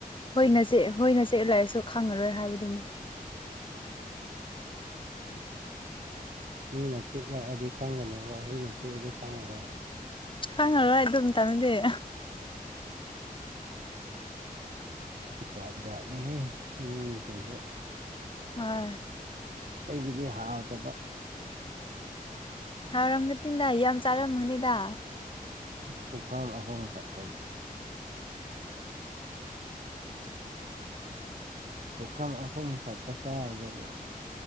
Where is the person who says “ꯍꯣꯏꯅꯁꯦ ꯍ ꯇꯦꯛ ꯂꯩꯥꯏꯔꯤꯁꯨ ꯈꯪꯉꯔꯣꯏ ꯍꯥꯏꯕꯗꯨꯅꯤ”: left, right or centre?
Left